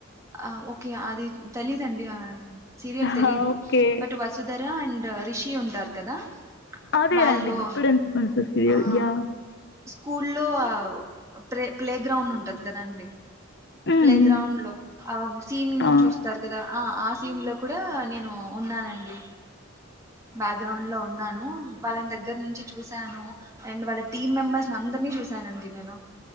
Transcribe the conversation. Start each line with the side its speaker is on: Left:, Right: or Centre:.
Right: ఆ ఓకే అది తెలిదండి సీరియల్ తెలీదు
Left: హా okay
Right: but Vasudhara and Rishi ఉంటారు కదా
Left: అదే
Right: వాళ్ళు
Left: అండి గుప్పెడంత మనసు సీరియల్
Right: ఆ
Left: యా
Right: స్కూల్లో ప్రె ప్లే గ్రౌండ్ ఉంటది కదాండి
Left: మ్మ్
Right: ప్లే
Left: మ్మ్
Right: గ్రౌండ్ లో ఆ సీన్
Left: ఆ
Right: చూస్తారు కదా ఆ ఆ సీన్ లో కూడా నేను ఉన్నానండి బ్యాక్గ్రౌండ్ లో ఉన్నాను వాళ్ళని దగ్గర నుంచి చూశాను అండ్ వాళ్ళ టీమ్ మెంబర్స్ ని అందర్ ని చూశనండి నేను